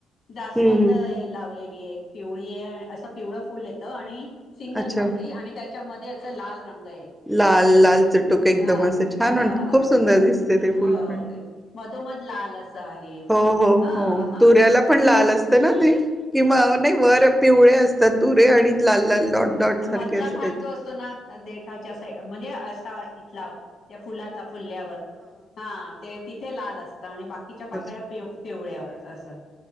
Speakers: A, on the left; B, in the centre.
A: जास्वंद
B: हम्म
A: लावले. पिवळी आहे असं पिवळा फुल येतं आणि सिंगल
B: अच्छा
A: पाकळी आणि त्या च्या मध्ये आस लाल रंग आहे
B: लाल
A: असं
B: लाल चूटूक एकदम
A: हा
B: असे छान
A: हा
B: खूप सुंदर दिसते ते
A: हो
B: फुल पण हो,
A: ते मधोमध लाल असं आहे.
B: हो,
A: हा
B: हो
A: हा
B: तुऱ्याला पण
A: न
B: लाल असत ना ते? <unintelligible> वर पिवळे तात तुरे आणि लाल लाल डॉट डॉट सारखे
A: मधला
B: असं
A: भाग
B: काही
A: जो असतो ना देठाच्या म्हणजे असा इथला त्या फुलाचा फुल्यावर हा ते ती ते लाल असत आणि बाकीच्या पाकळ्या
B: अच्छा
A: पिव पिवळ्या आसं